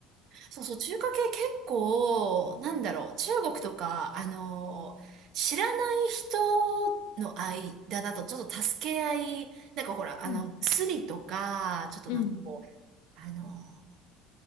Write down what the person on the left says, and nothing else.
うん。
うん。